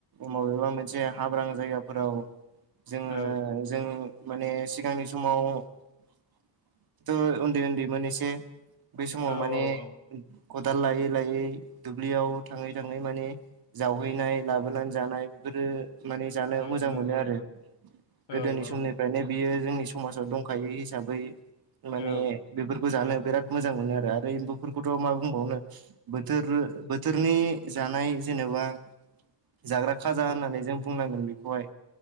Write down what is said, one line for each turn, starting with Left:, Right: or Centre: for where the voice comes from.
Right: माबेबा मोनसे हाब्रां जायगाफोराव जोङो
Left: औ
Right: जों माने सिगांनि समावथ' उन्दै उन्दैमोन एसे बेै समाव
Left: औ
Right: माने
Left: औ औ
Right: खदाल लायै लायै दुब्लियाव थाङै थाङै माने जावहैनाय लाबोनानै जानाय बेफोरो माने जानो
Left: औ
Right: मोजां
Left: नंगौ
Right: मोनो आरो
Left: नोंथां औ
Right: गोदोनि
Left: औ
Right: समनि ओंखायनो बियो जोंनि समाजाव दंखायो हिसाबै माने
Left: औ
Right: बेफोरखौ जानो बिराद मोजां मोनो आरो आरो एम्बुफोरखौथ' मा बुंबावनो बोथोर बोथोरनि जानाय जेनेबा जाग्रा खाजा होननानै
Left: औ
Right: जों बुंनांगोन बेखौहाय